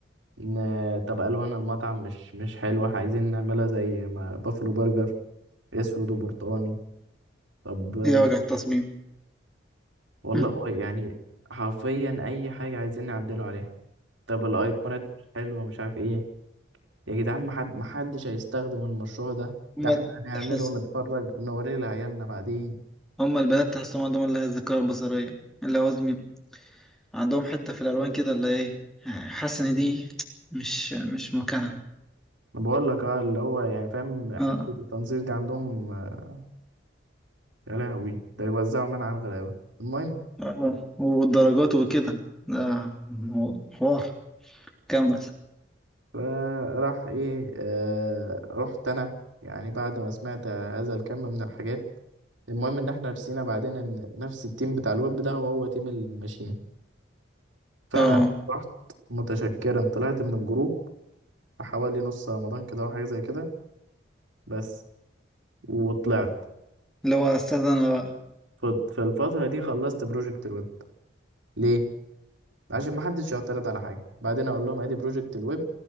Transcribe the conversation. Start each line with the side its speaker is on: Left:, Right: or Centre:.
Right: ن- طب ألوان المطعم مش مش حلوة عايزين نعملها زي ما بافلو برجر أسود وبرتقاني طب آه،
Centre: ايه وجع التصميم
Right: والله
Centre: <laughs>
Right: و- يعني حرفيا أي حاجة عايزين نعدله عليها طب الأيقونات مش حلوة مش عارف إيه يا جدعان محد محدش هيستخدم المشروع ده
Centre: هما
Right: ده احنا هنعمله
Centre: تحس
Right: ونتفرج نوريه لعيالنا بعدين
Centre: هما البنات تحسهم عندهم اللي هي الذاكرة البصرية اللي هو زمي- عندهم حتة في الألوان كده اللي إيه يعني حاسس إن دي مش مش مكانها
Right: أنا بقول لك اه اللي هو يعني فاهم حتة
Centre: آه
Right: التنظير دي عندهم آه، يا لهوي ده يوزعوا من على الغلابة المهم
Centre: آه. والدرجات وكده ده مو- حوار كمل
Right: فراح ايه آه رحت انا يعني بعد ما سمعت هذا الكم من الحاجات المهم ان احنا رسينا بعدين ان نفس التيم بتاع الويب ده هو هو تيم الماشين فانا
Centre: آه
Right: رحت متشكرا طلعت من الجروب حوالي نص رمضان كده او حاجه زي كده بس وطلعت
Centre: اللي هو أستاذ أنا بقى
Right: فت- في الفتره دي خلصت بروجكت الويب ليه عشان ما حدش يعترض على حاجه بعدين اقول لهم ادي بروجكت الويب